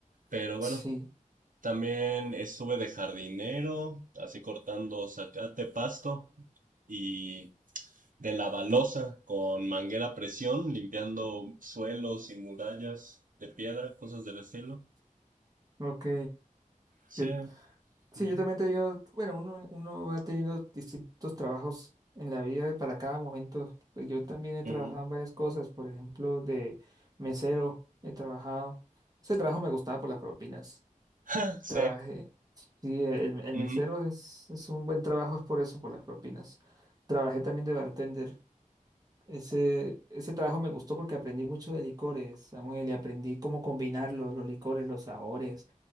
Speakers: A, on the right; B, on the right.
A: Pero
B: Sí,
A: bueno, también estuve de jardinero, así cortando zacate, pasto y de la balosa con manguera a presión, limpiando suelos y murallas de piedra, cosas del estilo.
B: ok.
A: Sí.
B: Yo, Sí,
A: ujú,
B: yo también te digo, bueno, uno, uno va teniendo distintos trabajos en la vida y para cada momento. Pues yo también he
A: ujú,
B: trabajado en varias cosas, por ejemplo, de mesero he trabajado. Ese trabajo me gustaba por las propinas.
A: ah, Sí.
B: Trabajé, sí, el, el
A: ujú,
B: mesero es, es un buen trabajo, es por eso, por las propinas. Trabajé también de bartender. Ese, ese trabajo me gustó porque aprendí mucho de licores, Samuel, y aprendí cómo combinar los, los licores, los sabores,